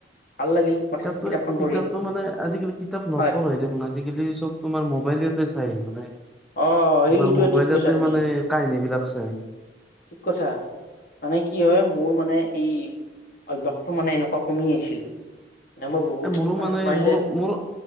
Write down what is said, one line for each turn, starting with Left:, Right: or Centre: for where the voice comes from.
Left: ভাল লাগিল
Centre: কিতাপটো,
Left: কথা কিতাপখন
Centre: কিতাপতটো
Left: পঢ়ি
Centre: মানে আজিকালি কিতাপ নপ
Left: হয়
Centre: ঢ়েই দেখোন আজিকালি চব তোমাৰ মোবাইলতে চাই মানে
Left: অ
Centre: তোমাৰ
Left: সেইটোৱে
Centre: মোবাইলতে
Left: ঠিক কৈছা তুমি
Centre: মানে কাহিনীবিলাক চায়।
Left: ঠিক কথা মানে কি হয়, মোৰ মানে এই অভ্যাসটো মানে এনেকুৱা কমি আহিছিল <unintelligible> মই বহুত
Centre: এ মোৰো
Left: মানে পাৰিলে
Centre: মোৰ মোৰ